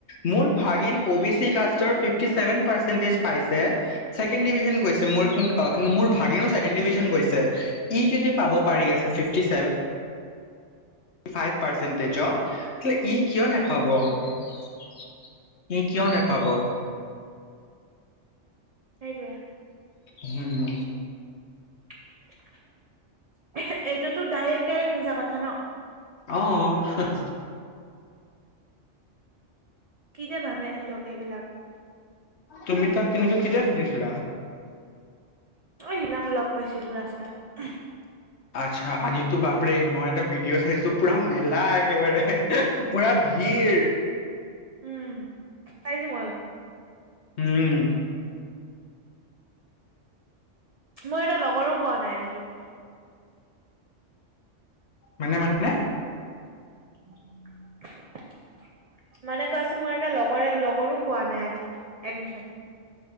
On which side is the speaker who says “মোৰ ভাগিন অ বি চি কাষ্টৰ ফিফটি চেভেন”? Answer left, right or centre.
Left